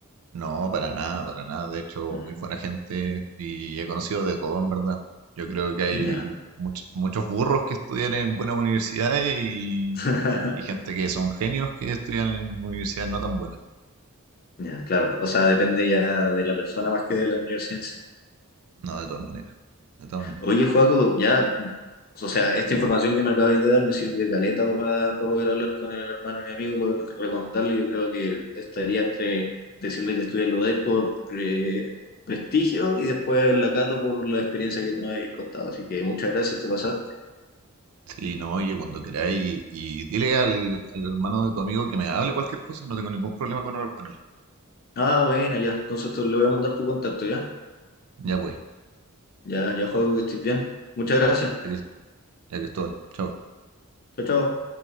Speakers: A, on the right; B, on the left.
A: No, para nada, para nada. De hecho,
B: Mm,
A: muy buena gente y he conocido de todo, en verdad. Yo creo que hay
B: ya.
A: much- muchos burros que estudian en buenas universidades y,
B: <laughs>
A: y gente que son genios que estudian en universidades no tan buenas.
B: Ya, claro. O sea, depende ya de la persona más que de la universidad en sí.
A: No, de todas maneras, de todas maneras.
B: Oye, Joaco, ya, o sea, esta información que me acabáis de dar me sirve caleta para poder hablar con el hermano de mi amigo y poder recomendarle. Yo creo que estaría entre decirle que estudie en la UDEC por pre- prestigio y después la Cato por la experiencia que tú me habéis contado. Así que muchas gracias, te pasaste.
A: Sí, no, oye, cuando queráis y, y dile al, al hermano de tu amigo que me hable cualquier cosa, no tengo ningún problema con hablar con él.
B: Ah, bueno, ya. Entonces te- le voy a mandar tu contacto, ¿ya?
A: Ya pues,
B: Ya, ya, Joaco, que estés bien. Muchas gracias.
A: ya, Cris- ya Cristóbal, chao.
B: Chao, chao.